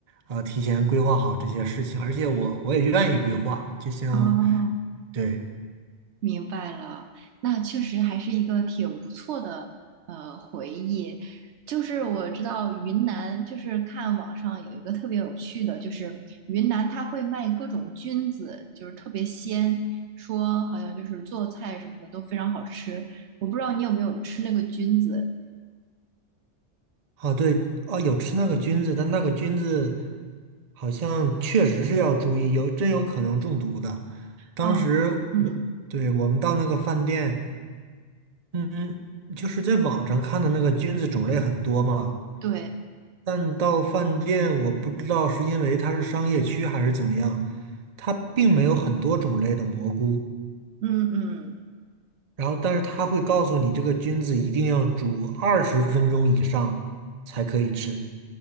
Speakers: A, on the right; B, on the right.
A: 呃，提前规划好这些事情，而且我我也愿意规划。就像，
B: 哦，
A: 对，
B: 明白了，那确实还是一个挺不错的呃回忆。就是我知道云南，就是看网上有一个特别有趣的，就是云南它会卖各种菌子，就是特别鲜，说好像就是做菜什么的都非常好吃。我不知道你有没有吃那个菌子
A: 哦，对，哦，有吃那个菌子，但那个菌子好像确实是要注意，有真有可能中毒的。当时我，
B: 啊？嗯，
A: 对，我们到那个饭店。嗯，就是在网上看的那个菌子种类很多嘛，
B: 对，
A: 但到饭店我不知道是因为它是商业区还是怎么样，它并没有很多种类的蘑菇，
B: 嗯嗯。
A: 然后但是它会告诉你这个菌子一定要煮二十分钟以上才可以吃